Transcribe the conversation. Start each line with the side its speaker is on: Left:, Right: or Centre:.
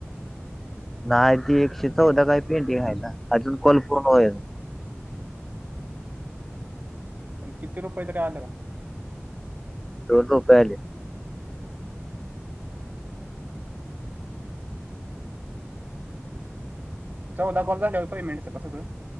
Centre: नाही ते एकशे चौदा काही पेंटिंग आहे ना? अजून कॉल पूर्ण होईना.
Right: पण किती रुपये? <unintelligible>
Centre: दोन रुपायले.
Right: चौदा कॉल झाल्यावर पेंमेंटं येत का सगळं?